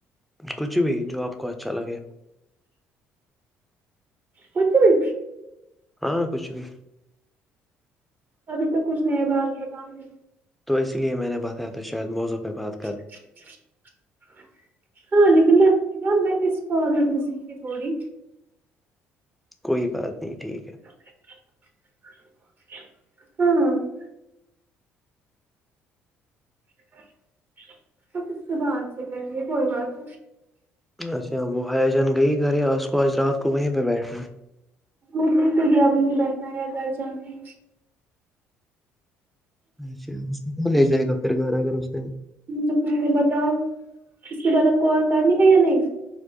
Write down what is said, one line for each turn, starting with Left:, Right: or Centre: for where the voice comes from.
Centre: کچھ بھی جو آپ کو اچھا لگے
Right: کچھ بھی
Centre: ہاں کچھ بھی
Right: ابھی توک کچھ نہیں ہے بعد میں بتاؤں گی
Centre: تو اس لیے میں نے بتایا تو شاید موضوع پہ بات کر
Right: <unintelligible> ہاں لیکن میں کیا میں اس کار مت سیکھوں گی تھوڑی
Centre: کوئی بات نہیں ٹھیک ہے
Right: <unintelligible> <unintelligible> بات سے کر گے کوئی بات
Centre: اچھا وہ حیا جان گئی گھر ہے آج کو آج رات کو وہیں پہ بیٹھنا
Right: وہ تو گیا مجھے بیٹھنا ہے یا گھر جانا ہے
Centre: اچھا اس کو کون لے جائے گا پھر گھر اگر اس نے
Right: جو میں نے بتاؤ اس کے بعد دوبارہ کال کرنی ہے یا نہیں